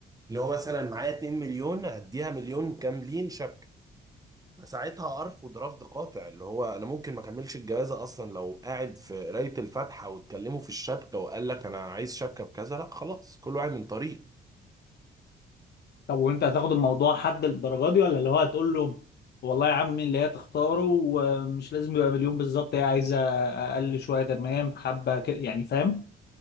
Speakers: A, on the right; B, on the left.
A: اللي هو مثلا معايا 2 مليون اديها مليون كاملين شبكه ساعتها ارفض رفض قاطع اللي هو انا ممكن ما اكملش الجوازه اصلا لو قاعد في قرايه الفاتحه واتكلموا في الشبكه وقال لك انا عايز شبكه بكذا لا خلاص كل واحد من طريق
B: طب وانت هتاخد الموضوع حد للدرجه دي ولا اللي هو هتقول له والله يا عمي اللي هي تختاره ومش لازم يبقى مليون بالظبط هي عايزه اقل شويه تمام حبه كده يعني فاهم